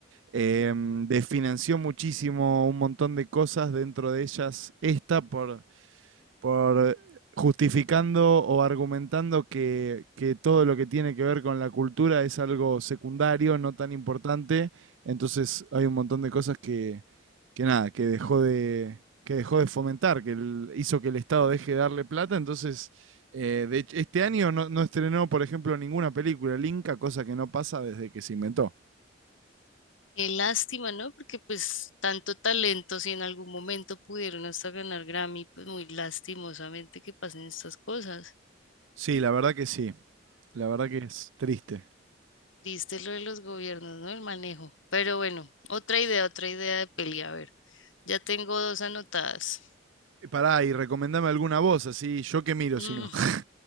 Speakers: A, on the right; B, on the left.
A: em, desfinanció muchísimo un montón de cosas, dentro de ellas esta, por, por eh, justificando o argumentando que, que todo lo que tiene que ver con la cultura es algo secundario, no tan importante. Entonces hay un montón de cosas que, que nada, que dejó de, que dejó de fomentar, que el- hizo que el Estado deje de darle plata. Entonces, eh, de hecho, este año no, no estrenó, por ejemplo, ninguna película el Inca, cosa que no pasa desde que se inventó.
B: Qué lástima, ¿no? Porque pues tanto talento, si en algún momento pudieron hasta ganar Grammy, pues muy lastimosamente que pasen estas cosas.
A: Sí, la verdad que sí. La verdad que es triste.
B: Triste lo de los gobiernos, ¿no? El manejo. Pero bueno, otra idea, otra idea de peli. A ver, ya tengo dos anotadas.
A: Eh, Pará, y recomendame alguna voz, así yo que miro,
B: Mm.
A: si no. <laughs>